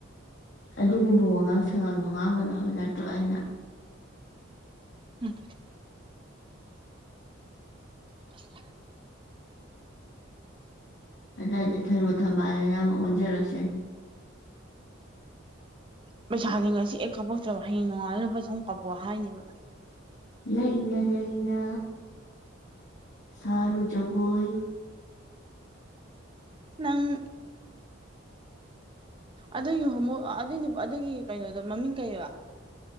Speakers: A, on the left; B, on the right.
A: ꯑꯗꯨꯒꯨꯝꯕ ꯋꯥꯉꯥꯡ ꯁꯉꯥꯡꯗꯣ ꯉꯥꯡꯒꯅꯣ ꯍꯥꯏꯕ ꯅꯠꯇ꯭ꯔꯣ ꯑꯩꯅ
B: ꯎꯝ ꯀꯁ
A: ꯑꯗꯨꯏꯗ ꯊꯔꯣ ꯊꯝꯕꯥꯜꯗꯅ ꯑꯃꯨꯛ ꯑꯣꯟꯖꯔꯛꯁꯅꯤ
B: ꯄꯩꯁꯥꯥꯁꯦ ꯉꯁꯤ ꯑꯦ ꯀꯥꯄꯣꯛꯆꯕ ꯍꯌꯦꯡ ꯅꯣꯡꯉꯥꯂ ꯂ ꯄ ꯆꯪ ꯀꯥꯄ ꯍꯥꯏꯅꯦꯕ
A: ꯂꯩꯅ ꯂꯩꯅ ꯁꯥꯔꯨ ꯖꯒꯣꯏ
B: ꯅꯪ ꯑꯗꯨꯒꯤ ꯍꯣꯡꯃ ꯑꯗꯨꯏꯅꯤ ꯑꯗꯨꯒꯤ ꯀꯩꯅꯣꯗꯣ ꯃꯃꯤꯡ ꯀꯩꯕ